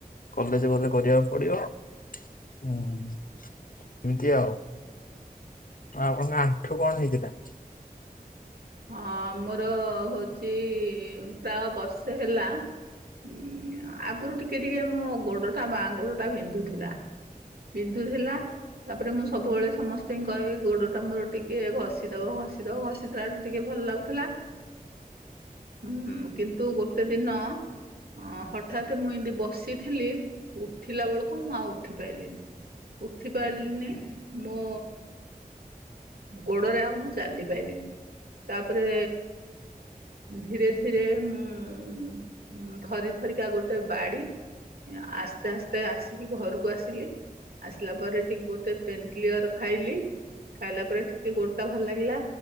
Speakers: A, on the left (about 65°); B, on the right (about 85°).
A: କଲେଜ ଗଲେ କରିବାକୁ ପଡିବ ହୁଁ। ଏମିତି ଆଉ ଆଉ ଆପଣଙ୍କ ଆଣ୍ଠୁ କଣ ହେଇଥିଲା।
B: ହଁ ମୋର ହଉଛି ପ୍ରାୟ ବର୍ଷେ ହେଲା ଉଁ ଆଗରୁ ଟିକେ ଟିକେ ମୋ ଗୋଡଟା ବାଁ ଗୋଡ ଟା ବିନ୍ଧୁଥିଲା। ବିନ୍ଧୁଥିଲା ତାପରେ ମୁଁ ସବୁବେଳେ ସମସ୍ତେ ହି କହିବି ଗୋଡ ଟା ମୋର ଟି କିଏ ଘଷି ଦବ ଘଷିଦବ ଘଷିଦଲାଠୁ ଟିକେ ଭଲ ଲାଗୁଥିଲା। ହୁଁ। କିନ୍ତୁ ଗୋଟେ ଦିନ ଅ ହଠାତ୍ ମୁଁ ଏମିତି ବସିଥିଲି ଉଠିଲା ବେଳକୁ ମୁଁ ଆଉ ଉଠି ପାଇଲିିନି। ଉଠି ପାରିଲିନି ମୋ ଗୋଡରେ ଆଉ ମୁଁ ଚାଲି ପାରଲିିନି। ତାପରେ ଧୀରେ ଧୀରେ ମୁଁ ଉ ଧରି ଧରିକା ଗୋଟେ ବାଡି ଆସ୍ତେ ଆସ୍ତେ ଆସିକି ଘରକୁ ଆସିଲି। ଆସିଲା ପରେ ଟିକେ ଗୋଟେ ପେନ କିଲୟର ଖାଇଲି। ଖାଇଲା ପରେ ଟିକେ ଟିକେ ଗୋଟ ଟା ଭଲ ଲାଗିଲା